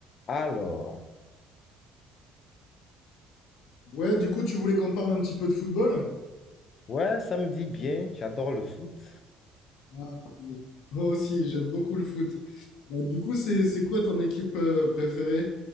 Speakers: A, on the left; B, on the left.
A: Alors,
B: Ouais, du coup, tu voulais qu'on parle un petit peu de football?
A: ouais, ça me dit bien, j'adore le foot.
B: Ah, bah, moi aussi, j'aime beaucoup le foot. Bah, du coup, c'est c'est quoi ton équipe euh, préférée?